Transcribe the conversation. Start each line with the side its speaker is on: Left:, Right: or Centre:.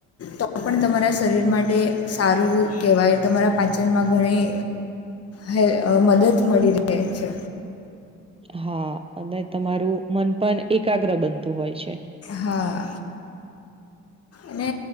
Left: તો પણ તમારા શરીર માટે સારું કહેવાય તમારા પાચનમાં ઘણી હે મદદ મળી રહે છે.
Right: હા અને તમારું મન પણ એકાગ્ર બનતું હોય છે.
Left: હા. એને